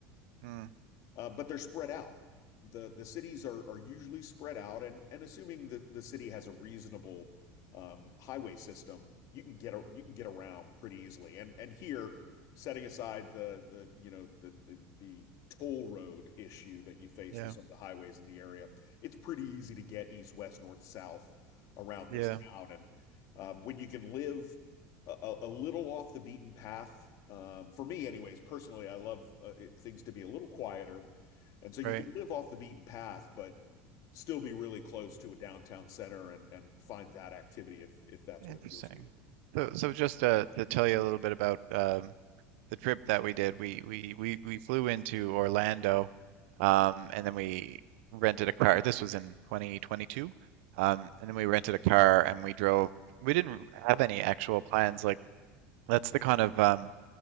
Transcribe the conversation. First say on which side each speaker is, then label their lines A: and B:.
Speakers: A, on the right; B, on the left.
A: Mm,
B: uh, But they're spread out. The The cities are are usually spread out, and and assuming that the city has a reasonable um, highway system, you can get a, you can get
A: mm,
B: around pretty easily. And and here, setting aside the, the you know, the the the toll road issue that you face
A: yeah.
B: with some of the highways in the area, it's pretty easy to get east, west, north, south around
A: Yeah.
B: this town. And um, when you can live a, a little off the beaten path. Um, for me, anyways, personally, I love uh, it, things to be a little quieter. And so you
A: Right.
B: can live off the beaten path, but still be really close to a downtown center and, and find that activity if, if that's
A: Interesting.
B: what appeals to you.
A: So, so just uh, to tell you a little bit about um, the trip that we did, we we we we flew into Orlando, um, and then we rented a car. This was in 2022, um, and then we rented a car and we drove. We didn't have any actual plans. Like that's the kind of um,